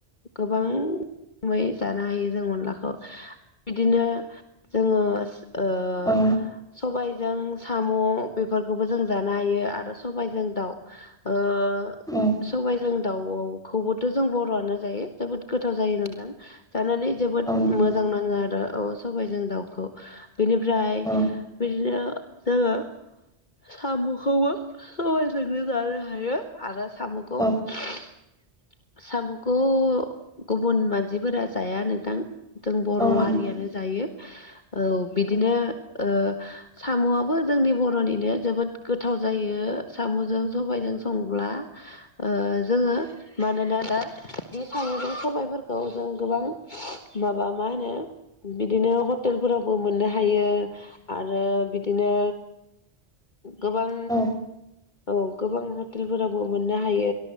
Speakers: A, on the left; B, in the centre.
A: गोबां <unintelligible> जानो हायो जों अनलाखौ बिदिनो जोङो ओ
B: औ
A: सबायजों साम' बेफोरखौबो जों जानो हायो आरो सबायजों दाउ ओ
B: औ
A: सबाइजों दाउखौबोथ' जों बर'आनो जायो जोबोद गोथाव जायो नोंथां जानानै जोबोद
B: औ नंगौ
A: मोजां नाङो आरो। औ सबाय जों दाउखौ बेनिफ्राय
B: औ
A: बिदिनो जोङो साम'खौबो सबायजोंनो जानो हायो आरो साम'खौ
B: औ
A: <unintelligible> सामुखौ गुबुन मानसिफोरा जाया नोंथां जों बर'
B: औ नंगौ
A: हारियानो जायो औ <unintelligible> बिदिनो ओ साम'आबो जोंनि बर'निनो जोबोद गोथाव जायो साम'जों सब्ला ओ जोङो मानोना दा <unintelligible> जों गोबां माबा मा होनो बिदिनो हटेलफोरावबो मोननो हायो। आरो बिदिनो गोबां
B: औ औ नंगौ औ
A: औ गोबां हटेलफोरावबो मोननो हायो